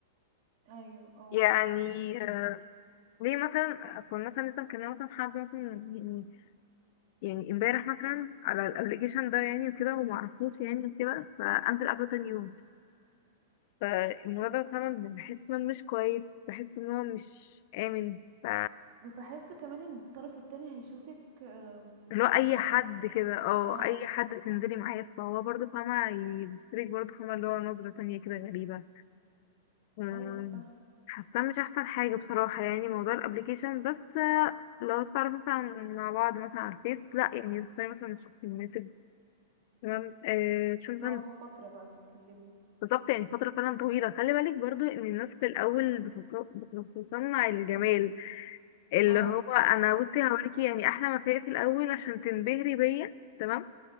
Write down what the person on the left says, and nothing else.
يعني ليه مثلا اكون مثلا لسه مكلمه مثلا حد مثلا يعني يعني امبارح مثلا على الابلكيشن ده يعني وكده وما اعرفوش يعني وكده فانزل قبله تاني يوم فالموضوع ده فعلا بحس انه مش كويس بحس ان هو مش امن ف
اللي
هو اي
حد
كده اه
اي حد تنزلي معاه فهو برضه فاهمه يبصلك برضه فاهمه اللي هو نظره تانية كده غريبه مم،
حاسه مش احسن حاجه بصراحه يعني موضوع الابليكيشن بس آه، لو تعرف مثلا مع بعض مثلا على الفيس لا يعني تختاري مثلا الشخص المناسب تمام آه تشوفي
مثلا
بالظبط يعني فتره فعلا طويله خلي بالك برضو ان الناس في الاول بتت- بتتصنع الجمال اللي
هو انا بصي هوريكي يعني احلى ما فيا في الاول عشان تنبهري بيا تمام